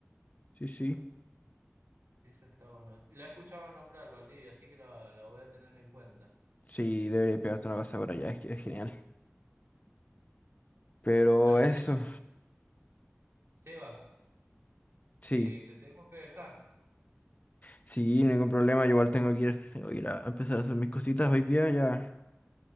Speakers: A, on the left; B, on the right.
A: sí, sí.
B: Está. Eso está bueno. La he escuchado nombrar, Valdivia, así que la, la voy a tener en cuenta.
A: Sí, debería pegarte una pasada por allá, es, que es genial. Pero
B: Bueno,
A: eso,
B: che, Seba,
A: sí,
B: eh, te tengo que dejar.
A: sí, ningún problema. Yo igual tengo que ir, tengo que ir a empezar a hacer mis cositas hoy día. Ya,